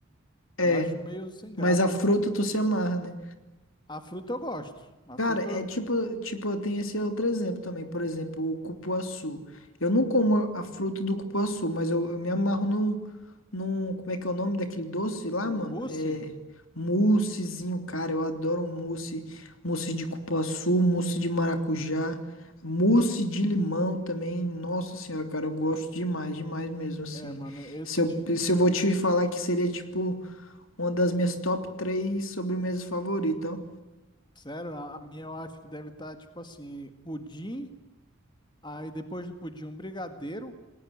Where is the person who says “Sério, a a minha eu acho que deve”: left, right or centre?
Left